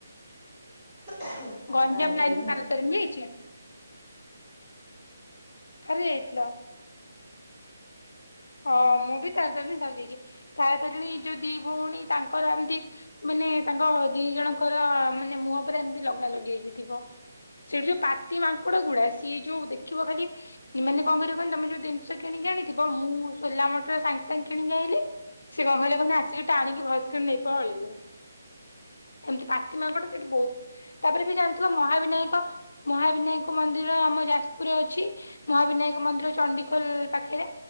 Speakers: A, in the centre; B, on the left (about 80°).
A: <unintelligible>
B: ଗଞ୍ଜାମ
A: ତାରିଣୀ
B: ଲାଇନ୍
A: ବି
B: ରେ
A: ଥରେ
B: ତାରା ତାରିଣୀ ବି ଯାଇଛ ଥରେ ଯାଇଥିଲ। ଅ ମୁଁ ବି ତାରାତାରିଣୀ ଥରେ ଯାଇଚି ତାରାତାରିଣୀ ଯୋଉ ଦି ଭଉଣୀ ତାଙ୍କର ଏମତି ମାନେ ତାଙ୍କ ଦି ଜଣଙ୍କର ମାନେ ମୁହଁ ପୁରେ ଏମିତି ଲଗା ଲଗି ହେଇକି ଥିବ। ସେଠି ଯୋଉ ପାତି ମାଙ୍କଡ ଗୁଡା ସିଏ ଯୋଉ ଦେଖିବ ଖାଲି ଏମାନେ କଣ କରିବେ କହିଲ ତମେ ଯୋଉ ଜିନିଷ କିଣିକି ଆଣିଥିବ ମୁଁ ସୋଲା ମଟର ସାଙ୍ଗେ ସାଙ୍ଗେ କିଣିକି ଆଣିଲି ସେ କଣ କଇଲ ନା ଆସିକି ଟାଣିକି ଭୟସ୍କ କି ନେଇ ପଳେଇବ ଏମତି ପା ତି ମାଙ୍କଡ ସେଇଠି ବହୁତ ତାପରେ ବି ଜାଣିଥିବ ମହାବିନାୟକ ମହାବିନାୟକ ମନ୍ଦିର ଆମ ଯାଜପୁରରେ ଅଛି। ମହାବିନାୟକ ମନ୍ଦିର ଚଣ୍ଡିଖୋଲ୍ ପାଖେରେ।